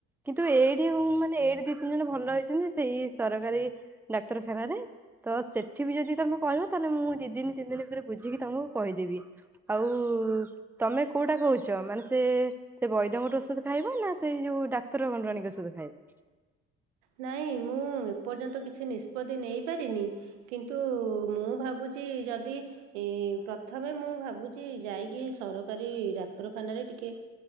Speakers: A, in the centre; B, on the right (about 85°).
A: କିନ୍ତୁ ଏଇଠି ମାନେ ଏଇଠି ଦି ତିନି ଜଣ ଭଲ ହେଇଛନ୍ତି ସେଇ ସରକାରୀ ଡାକ୍ତରଖାନାରେ ତ ସେଠି ବି ଯଦି ତମେ କହିବ ତାହେଲେ ମୁଁ ଦି ଦିନ ତିନି ଦିନ ରେ ବୁଝିକି ତମକୁ କହିଦେବି ଆଉ ତମେ କୋଉଟା କହୁଛ ମାନେ ସେ ସେ ବୈଦ୍ୟଙ୍କଟ ଔଷଧ ଖାଇବ ନା ସେଇ ଯୋଉ ଡାକ୍ତର ଖଣ୍ଡରାଣୀ ଔଷଧ ଖାଇବ।
B: ନାଇଁ ମୁଁ ଏପର୍ଯ୍ୟନ୍ତ କିଛି ନିଷ୍ପତି ନେଇ ପାରିନି କିନ୍ତୁ ମୁଁ ଭାବୁଛି ଯଦି ପ୍ରଥମେ ମୁଁ ଭାବୁଛି ଯାଇକି ସରକାରୀ ଡାକ୍ତରଖାନାରେ ଟିକେ